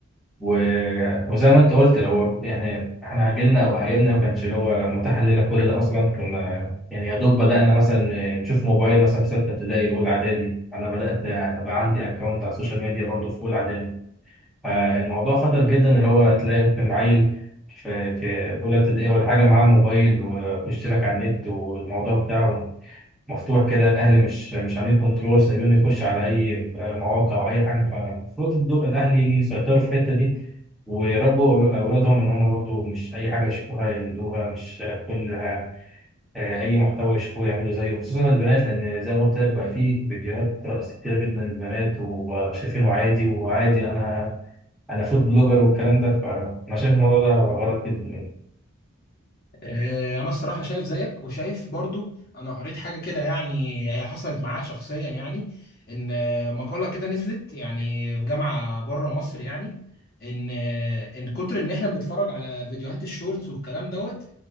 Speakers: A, in the centre; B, on the left.
A: و- وزي ما انت قلت لو يعني احنا عجلنا او عجلنا ما كانش اللي هو متاح لنا كل ده اصلا كنا يعني يا دوب بدانا مثلا نشوف موبايل مثلا في سته ابتدائي اولى اعدادي انا بدات ابقى عندي اكونت على السوشيال ميديا برضه في اولى اعدادي فالموضوع خطر جدا اللي هو تلاقي ممكن عيل في في اولى ابتدائي ولا حاجه معاه موبايل ويخش لك على النت والموضوع بتاعه مفتوح كده الاهلي مش مش عاملين كنترول سايبينه يخش على اي آه، مواقع او اي حاجه فالمفروض الدو- الاهلي يجي يسيطروا في الحته دي ويربوا اولادهم ان هم برضو مش اي حاجه يشوفوها يقلدوها مش كل آه، اي محتوى يشوفوه يعملوا زيه خصوصا البنات لان زي ما قلت لك بقى في فيديوهات رقص كتير جدا للبنات وشايفينه عادي وعادي انا انا فود بلوجر والكلام ده فانا شايف الموضوع ده غلط جدا
B: آه، انا الصراحه شايف زيك وشايف برضو انا قريت حاجه كده يعني هي حصلت معايا شخصيا يعني ان آه، مقاله كده نزلت يعني في جامعه بره مصر يعني ان آه، ان كتر ان احنا بنتفرج على فيديوهات الشورتس والكلام دوت